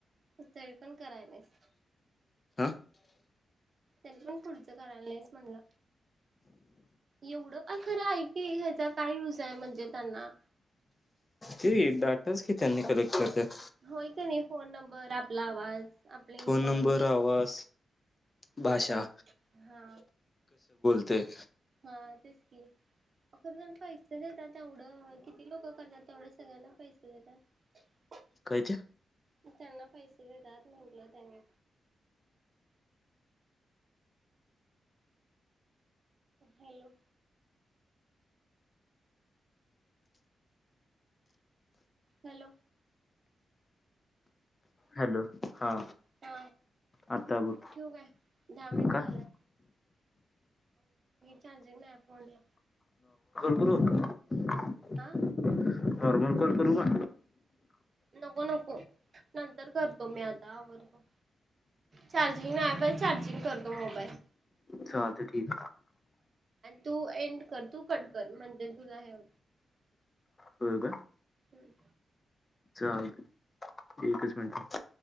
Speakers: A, on the right; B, on the left.
A: तरी पण करायलास
B: हा
A: त्यानी पण पुढ कराच म्हणलं एवढं अ खरं आहेऐ की ह्याचा काय युज आहे म्हणजे त्यांना
B: ते डाटाच कि त्यांनी कलेक्ट करतात
A: होय का नाही फोन नंबर आपला आवाज आपले
B: फोन
A: इन्फॉर्मेशन
B: नंबर आवाज भाषा
A: आपण हा
B: ते
A: हा तेच कि अरपण पैसे देतात तेवढं किती लोकं करण्यात तेवढं सगळ्यांना पैसे देतात
B: काय ते
A: म त्यांना पैसे देतात म्हटलं त्यांनी हॅलो हॅलो
B: हॅलो हा
A: हा
B: आता बोल
A: ठेऊ काय दहा मिनिट
B: का
A: झालं चारजिंग नाय फोनला
B: शरु <unintelligible>
A: आह
B: नॉर्मल कॉल करूका
A: नको नको नंतर करतो मी आता आवडतो चार्जिंग नाही पहिले चार्जिंग करतो मोबाईल
B: चालत ठीक
A: टू एंड कर तू कटकर म्हणजे तुला हेव
B: होय का
A: हम्
B: चालते एकच मिनट